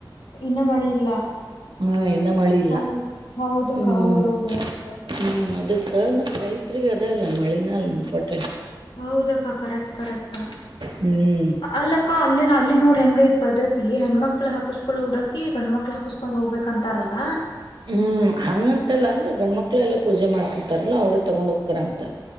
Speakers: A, on the left (about 70°); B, on the right (about 70°).
A: ಇನ್ನ ಮಳಿ ಇಲ್ಲ
B: ಹ್ಮ ಇನ್ನ್ ಮಳಿ ಇಲ್ಲ
A: ಹೌದು ಹೌದಕ್ಕ
B: ಹ್ಮ್.
A: ಹೌದೌದು
B: ಹ್ಮ ಅದಕ್ಕ ಮತ್ತ ರೈತ್ರರಿಗ ಅದೇ ಅಲ್ಲ ಮಳಿನ ಅಲ್ಲ ಇಂಪಾರ್ಟೆಂಟ್.
A: ಹೌದಕ್ಕ ಕರೆಕ್ಟ್. ಕರೆಕ್ಟ್
B: ಹ್ಮ್
A: ಅಲ್ಲಕ್ಕ ಅಲ್ಲಿ ಅಲ್ಲಿ ನೋಡ್ ಹೆಂಗ ಐತ ಬದಕ್ ಈ ಹೆಣ್ಮಕ್ಳು ಹಾಕಸ್ಕೊಳ್ಳೋ ಉಡಕ್ಕಿ ಗಣ್ಮ ಮಕ್ಳ ಹಾಕಸ್ಕೊಂಡ್ ಹೋಗಬೇಕ ಅಂತ. ತರಲ್ಲ
B: ಹ್ಮ್ ಹಂಗಂತಲ್ಲ ಅಂದ್ರ ಗಂಡ್ಮಕ್ಳ ಎಲ್ಲಾ ಪೂಜೆ ಮಾಡ್ತಿರ್ತಾರಲ್ಲ ಅವ್ರೇ ತೊಗೊಂಡ ಹೋಗ್ತಾರ ಅಂತ.